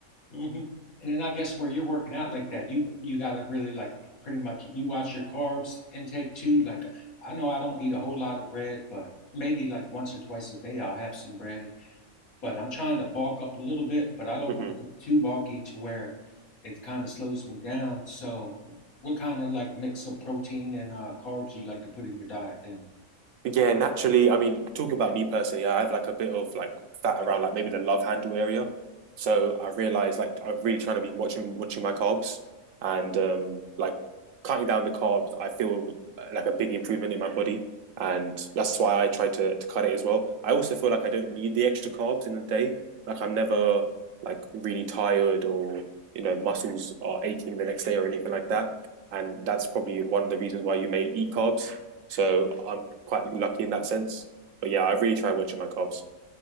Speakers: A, on the left; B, on the right.
A: hmm and then i guess where you're working out like that you you gotta really like pretty much you watch your carbs intake too like i know i don't eat a whole lot of bread but maybe like once or twice a day i'll have some bread but I'm trying to bulk up a little bit, but I don't
B: hmm
A: want to get too bulky to where it kind of slows me down. So, what kind of like mix of protein and uh, carbs you like to put in your diet then?
B: Yeah, naturally. I mean, talking about me personally, I have like a bit of like fat around like maybe the love handle area. So I realized like I'm really trying to be watching watching my carbs and um like cutting down the carbs, I feel uh, like a big improvement in my body. And that's why I try to, to cut it as well. I also feel like I don't need the extra carbs in the day. Like I'm never like really tired or, you know, muscles are aching the next day or anything like that. And that's probably one of the reasons why you may eat carbs. So I'm quite lucky in that sense. But yeah, I really try watching my carbs.